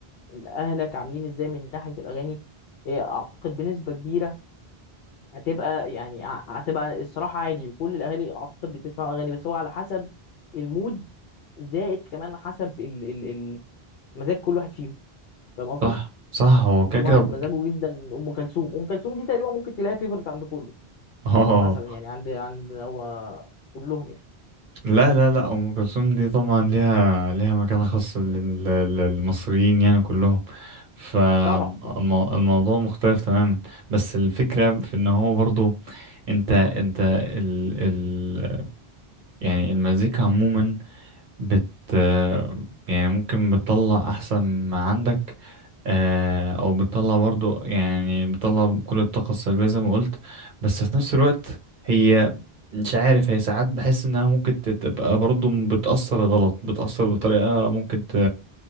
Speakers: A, on the left; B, on the right.
A: اهلك عاملين ازاي من ناحيه الاغاني هي اعتقد بنسبه كبيره هتبقى يعني ع- هتبقى الصراحه عادي كل الاهالي اعتقد بتسمع اغاني بس هو على حسب المود زائد كمان حسب ال ال ال- مزاج كل واحد فيهم فاهم قصدي؟
B: صح صح هو كده
A: ممكن
B: كده
A: واحد مزاجه جدا ام كلثوم ام كلثوم دي تقريبا ممكن تلاقي فيفرت عند كله
B: اه
A: مثلا يعني عند عند هو كلهم يعني
B: لا لا لا ام كلثوم دي طبعا ليها ليها مكانه خاصه لل- للمصريين يعني كلهم فالموضوع
A: طبعا طبعا
B: مختلف تماما بس الفكره في ان هو برضو انت انت ال ال يعني المزيكا عموما بت آه، يعني ممكن بتطلع احسن ما عندك آه، او بتطلع برضو يعني بتطلع كل الطاقة السلبية زي ما قلت بس في نفس الوقت هي مش عارف هي ساعات بحس انها ممكن ت- تبقى برضو بتأثر غلط بتأثر بطريقة ممكن ت...